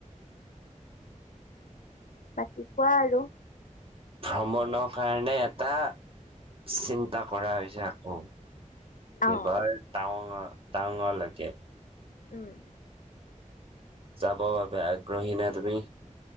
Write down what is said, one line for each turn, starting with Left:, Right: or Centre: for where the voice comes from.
Left: বাকী কোৱা আৰু?
Right: ভ্ৰমণৰ কাৰণে এটা চিন্তা কৰা হৈছে আকৌ
Left: অ
Right: ইবাৰ টাৱাং টাৱাংলৈকে
Left: উম
Right: যাব বাবে আগ্ৰহী নে তুমি?